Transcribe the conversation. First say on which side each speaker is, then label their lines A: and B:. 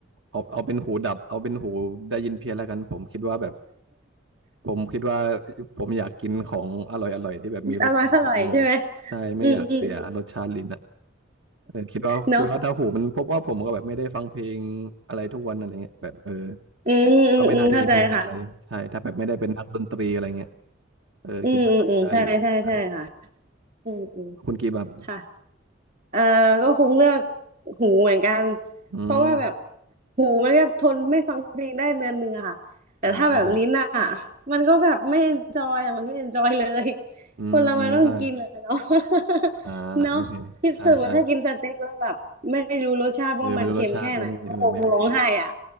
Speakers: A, on the right (about 70°); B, on the right (about 40°).
A: เอาเอาเป็นหูดับเอาเป็นหูได้ยินเพี้ยนแล้วกันผมคิดว่าแบบผมคิดว่าผมอยากกินของอร่อยอร่อยที่แบบมีรสชาติอะเออ
B: อร่อยอร่อยใช่ไหม
A: ใช่ไม่อยากเสียรสชาติลิ้นอะ
B: อืมอืม
A: เออคิดว่าคิดว่าถ้าหูมันพบว่าผมก็แบบไม่ได้ฟังเพลงอะไรทุกวันอะไรเงี้ยแบบเออ
B: เนาะอืมอืมอืมเข้าใจค่ะ
A: ก็ไม่น่าจะมีปัญหาอะไรใช่ถ้าแบบไม่ได้เป็นนักดนตรีอะไรเงี้ยเออคิดว่าน่าจะได้อยู่ใช่
B: อืมอืมอืมใช่ใช่ใช่ค่ะอืมอืม
A: คุณกีบแบบ
B: ค่ะ เออก็คงเลือกหูเหมือนกัน
A: อืม
B: เพราะว่าแบบหูมันก็ทนไม่ฟังเพลงได้เดือนหนึ่งอะค่ะแต่ถ้าแบบลิ้นอะ
A: อ่าครับ
B: มันก็แบบไม่เอนจอยอะมันไม่เอนจอยเลย
A: อืมอืมใช่
B: คนเรามันต้องกินอะเนาะ <laughs>
A: อ่าโอเคใช่ใช่
B: เนาะคิดถึงว่าถ้ากินสเต็กแล้วแบบไม่รู้รสชาติว่ามันเค็มแค่ไหนก็คงร้องไห้อะ
A: เออไม่รู้รสชาติก็ไม่เออไม่โอเค